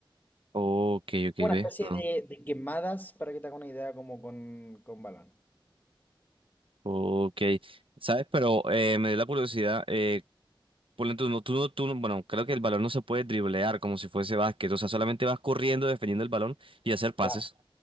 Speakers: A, on the right; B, on the left.
A: Ok, ok,
B: Una
A: ve.
B: especie
A: No.
B: de, de quemadas, para que te hagas una idea, como con, con balón.
A: Ok. ¿Sabes? Pero eh, me dio la curiosidad. Eh, por dentro, no, tú, no- tú, no- bueno, creo que el balón no se puede driblear como si fuese básquet. O sea, solamente vas corriendo, defendiendo el balón y hacer pases.
B: Claro,